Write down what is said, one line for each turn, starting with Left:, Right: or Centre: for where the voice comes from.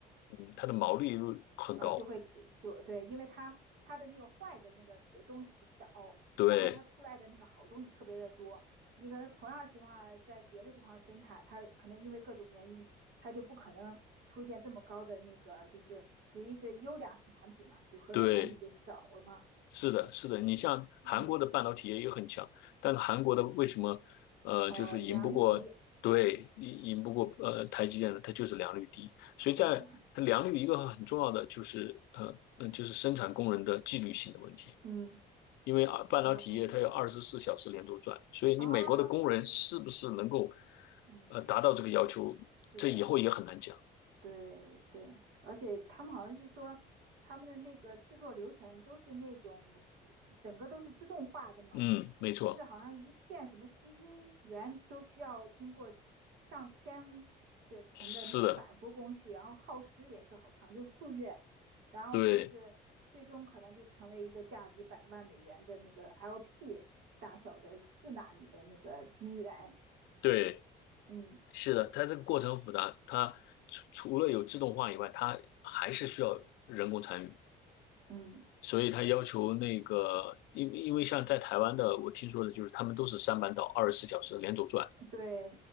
Left: 嗯，它的毛利率很高。
Right: 呃啊就会就对，因为它它的那个坏的那个呃东西少，
Left: 对
Right: 然后它出来的那个好东西特别的多。你可能同样情况下在别的地方生产，它可能因为各种原因，它就不可能出现这么高的那个，就是属于是优良产品嘛，就合格产品就少了嘛。
Left: 对，是的，是的，你像韩国的半导体业也很强，
Right: 嗯，
Left: 但是韩国的为什么，呃，
Right: 哦，
Left: 就是赢不过，
Right: 良率低，
Left: 对，赢赢不过呃台积电呢？它就是良率低，所以在它良率一个很重要的就是呃呃就是生产工人的纪律性的问题，
Right: 哦，嗯，
Left: 因为啊半导体业它有二十四小时连轴转，
Right: 哦，
Left: 所以你美国的工人是不是能够
Right: 哦，对对对，嗯，
Left: 呃达到这个要求，
Right: 是的。
Left: 这以后也很难讲。
Right: 对对，而且他们好像是说，他们的那个制作流程都是那种自整个都是自动化的嘛，
Left: 嗯，没错，
Right: 说是好像一片什么吸金源都需要经过上千次层的那个反复工序，
Left: 是的，
Right: 然后耗时也是好长，就数月，然后说是最终可能就成为一个价值百万美元的那个
Left: 对
Right: LP 大小的四纳米的那个晶圆，
Left: 对。
Right: 嗯
Left: 是的，它这个过程很复杂，它除除了有自动化以外，它还是需要人工参与，
Right: 嗯，
Left: 所以它要求那个，因为因为像在台湾的，我听说的就是他们都是三班倒，二十四小时连轴转。
Right: 对，